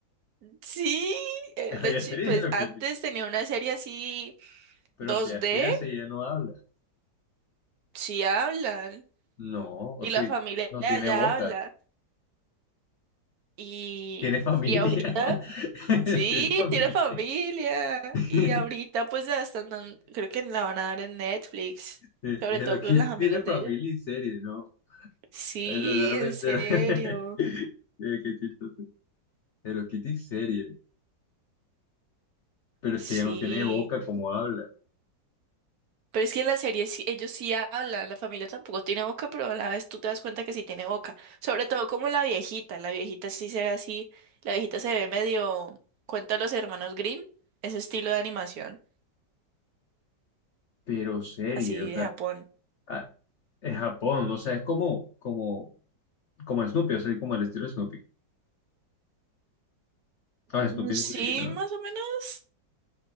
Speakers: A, on the right; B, on the left.
A: Sí, eh,
B: Había
A: de chi-
B: serie
A: pues
B: de Hello
A: antes
B: Kitty.
A: tenía una serie así
B: Pero
A: dos
B: ¿qué hacía
A: d
B: si ella no habla?
A: sí hablan.
B: No, o
A: Y
B: sí,
A: la familia
B: no
A: de
B: tiene
A: allá
B: boca.
A: habla. Y,
B: Tiene familia.
A: y ahorita,
B: <laughs>
A: sí,
B: Tiene familia.
A: tiene familia.
B: <laughs>
A: Y ahorita pues la están dando, creo que la van a dar en Netflix.
B: Hello
A: Sobre todo
B: Kitty
A: con los amigos
B: tiene familia
A: de ella.
B: y serie, ¿no?
A: Sí,
B: Eso solamente
A: en serio.
B: era... <laughs> Eh, Qué chistoso. Hello Kitty serie. Pero
A: Sí.
B: es que ella no tiene boca como habla.
A: Pero es que en la serie sí- ellos sí hablan, la familia tampoco tiene boca, pero a la vez tú te das cuenta que sí tiene boca. Sobre todo como la viejita, la viejita sí se ve así, la viejita se ve medio, cuenta los hermanos Grimm, ese estilo de animación,
B: Pero serie,
A: así
B: o sea,
A: de Japón.
B: ah, es Japón, o sea, es como, como, como Snoopy, o sea, como el estilo de Snoopy. Ah, Snoopy
A: Mm, Sí,
B: es muy viejita, ¿no?
A: más o menos.